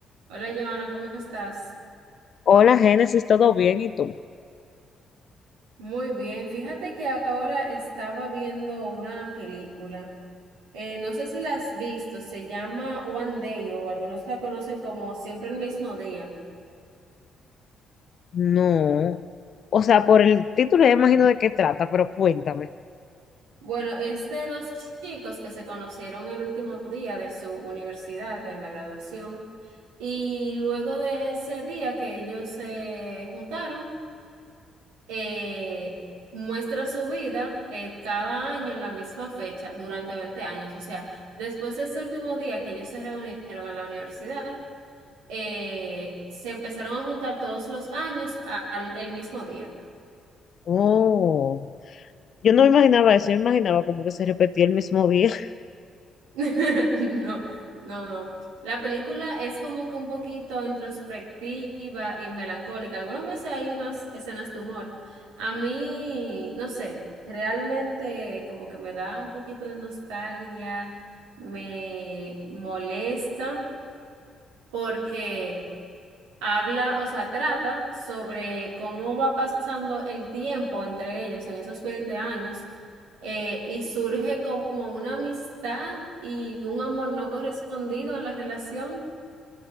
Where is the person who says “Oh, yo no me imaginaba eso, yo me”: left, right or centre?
Left